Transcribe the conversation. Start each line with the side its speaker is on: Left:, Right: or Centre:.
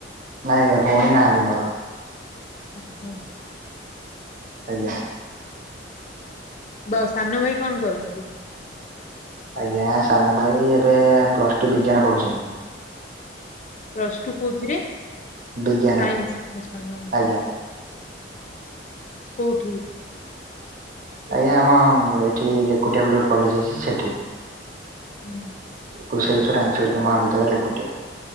Right: ନାଇଁ ଆଜ୍ଞା ଭୋଉଣୀ ନାହାନ୍ତି ମୋର।
Left: ଉଁହୁଁ।
Right: ଆଜ୍ଞା।
Left: ଦ ସାନ ଭାଇ କଣ କରନ୍ତି?
Right: ଆଜ୍ଞା ସାନ ଭାଇ ଏବେ ପ୍ଲସ ଟୁ ବିଜ୍ଞାନ ପଢୁଛନ୍ତି।
Left: ପ୍ଲସ୍ ଟୁ କୋଉଥିରେ ସାଇନ୍ସ
Right: ବିଜ୍ଞାନରେ।
Left: ଆଛା ହଁ।
Right: ଆଜ୍ଞା
Left: କୋଉଠି?
Right: ଆଜ୍ଞା ଆମ ଏଠି ରେକୁଟିଆ ବୋଲି ଗୋଟେ କଲେଜ ଅଛି ସେଠି।
Left: ହୁଁ।
Right: କୁସେଳ ଆଞ୍ଚଳିକ ମହାବିଦ୍ୟାଳୟ ରେକୁଟିଆ।